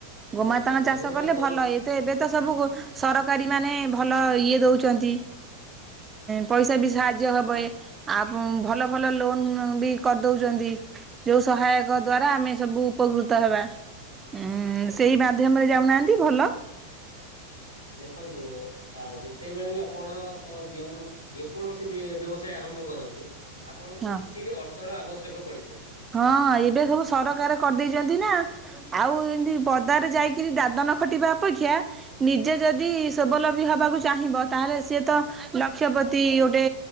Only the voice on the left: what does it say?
ଦେଖନ୍ତୁ
ମୁଁ ଏହା
କରି
ଆଜ୍ଞା
ଆଜ୍ଞା
ଦେଖନ୍ତୁ ଆ ଯେତେବେଳେ ବି ଆପଣଙ୍କ ଯେଉଁ ଯେକୌଣସି ବି ବ୍ୟବସାୟ ଆରମ୍ଭ କରନ୍ତି ଆପଣଙ୍କୁ
କିଛି ଅଟୋର ଆବଶ୍ୟକ ପଡିଥାଏ।